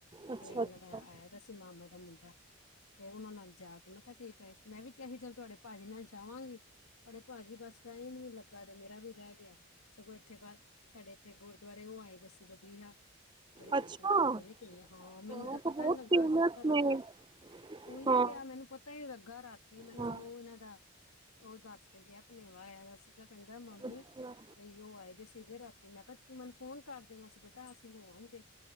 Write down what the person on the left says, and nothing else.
ਆਪਣੇ
ਉਹਨਾਂ ਦਾ ਆਇਆ ਤਾਂ ਸੀ ਮਾਮਾ ਦਾ ਫੇਰ ਉਹਨਾਂ ਨਾਲ ਜਾ ਕੇ, ਮੱਥਾ ਠੇਕ ਆਈ ਸੀ। ਮੈਂ ਵੀ ਕਿ ਅਸੀਂ ਚੱਲ ਤੁਹਾਡੇ ਪਾਜੀ ਨਾਲ ਜਾਵਾਂਗੇ, ਤੁਹਾਡੇ ਪਾਜੀ ਬਸ ਟਾਈਮ ਨੀ ਲੱਗਾ ਤੇ ਮੇਰਾ ਵੀ ਰਹਿ ਗਿਆ। ਸਗੋਂ ਇੱਥੇ ਕ ਸਾਡੇ ਇੱਥੇ ਗੁਰਦੁਆਰੇ ਉਹ ਆਏ ਜੇ ਸੀ, ਬਬੀਹਾ ਜਿਹੜੇ ਕੀਰਤਨ
ਕਰਦੇ ਨੇ ਕਿੰਨੇ ਹਾਂ, ਮੈਨੂੰ
ਤਾਂ ਪਤਾ
ਨੀ ਲੱਗਾ,
ਅੱਜ ਪਤਾ ਲੱਗਾ
ਉਹੀ
ਤਾਂ ਕ ਮੈਨੂੰ ਪਤਾ ਹੀ ਨੀ ਲੱਗਾ, ਰਾਤੀ ਮੈਨੂੰ
ਸਗੋਂ ਇਹਨਾਂ ਦਾ ਉਹ ਦੱਸ ਕੇ ਗਿਆ। ਭਨੇਵਾ ਆਇਆ ਦਾ ਸੀ। ਕਹਿੰਦਾ ਮਾਮੀ
ਬਈ ਉਹ ਆਏ ਦੇ ਸੀਗੇ, ਰਾਤੀ ਮੈਂ ਕਿਹਾ ਮੈਨੂੰ ਫੋਨ ਕਰ ਦੇਣਾ ਸੀ, ਬੇਟਾ ਅਸੀਂ ਹੋ ਆਦੇ।